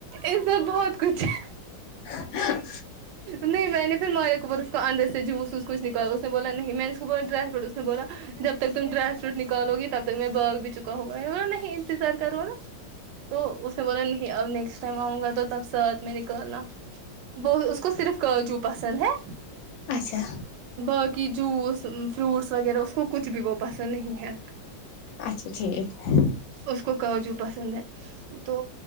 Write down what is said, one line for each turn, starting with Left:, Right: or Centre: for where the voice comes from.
Right: عزت بہت کچھ ہے
Left: ہاں
Right: نہیں میں نے پھر مارے اوپر اس کو اندر سے جوس وس کچھ نکالا اس نے بولا نہیں میں نے اس کو بولا ڈرائی فروٹ اس نے بولا جب تک تم ڈرائی فروٹ نکالو گی تب تک میں بھاگ بھی چکا ہوں گا میں نے بولا نہیں انتظار کرو نا تو اس نے بولا نہیں اب نیکسٹ ٹائم آؤں گا تو تب ساتھ میں نکالنا وہ اس کو صرف کاجو پسند ہے
Left: اچھا
Right: باقی جوس فروٹس وغیرہ اس کو کچھ بھی وہ پسند نہیں ہے
Left: اچھا ٹھیک ہاں
Right: اس کو کاجو پسند ہے تو